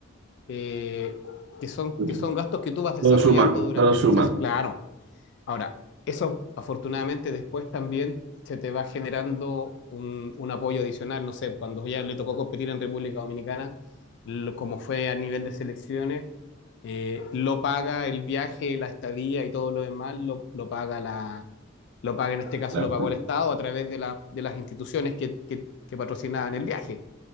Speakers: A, on the left; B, on the right.
A: eh, que son,
B: Pues,
A: que son gastos que tú vas desarrollando
B: Todo suma,
A: durante
B: todo suma.
A: el proceso. Claro, Ahora, eso afortunadamente después también se te va generando un, un apoyo adicional, no sé, cuando ya le tocó competir en República Dominicana, lo- como fue a nivel de selecciones, eh, lo paga el viaje, la estadía y todo lo demás, lo, lo paga la, lo paga en este caso
B: La-
A: lo pagó el Estado a través de, la- de las instituciones que, que- que patrocinaban el viaje.